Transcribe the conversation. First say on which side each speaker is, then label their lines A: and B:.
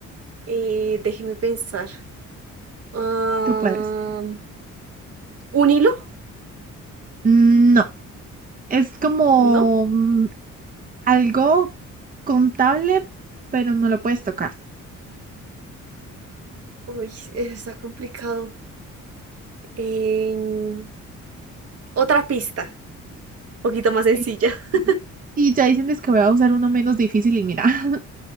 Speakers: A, on the right; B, on the right.
A: Eh, déjeme pensar. Ah,
B: tú puedes.
A: ¿un hilo?
B: Mm, No, es como
A: No.
B: mm, algo contable, pero no lo puedes tocar.
A: Uy, eso está complicado. Em, otra pista. Un poquito más sencilla.
B: Eh,
A: <laughs>
B: Y ya dicen es que voy a usar uno menos difícil y mira, <laughs>